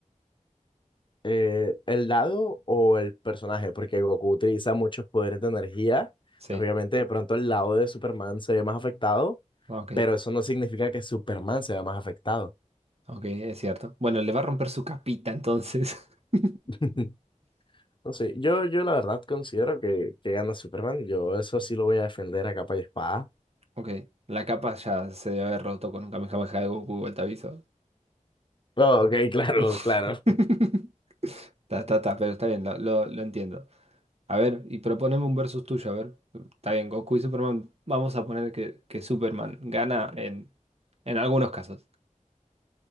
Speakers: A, on the left (about 35°); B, on the right (about 50°).
A: Eh, el lado o el personaje, porque Goku utiliza muchos poderes de energía.
B: Sí,
A: Entonces, obviamente, de pronto el lado de Superman se ve más afectado,
B: ok,
A: pero eso no significa que Superman se vea más afectado.
B: ok, es cierto. Bueno, le va a romper su capita entonces. <laughs>
A: <laughs> No sé, yo, yo la verdad considero que, que gana Superman. Yo eso sí lo voy a defender a capa y espada.
B: Ok, la capa ya se debe haber roto con un Kamehameha de Goku, igual te aviso.
A: Oh, ok, claro,
B: <laughs>
A: claro.
B: Está, está, está, pero está bien, lo, lo- lo entiendo. A ver, y proponeme un versus tuyo, a ver. Está bien, Goku y Superman, vamos a poner que, que Superman gana en, en algunos casos.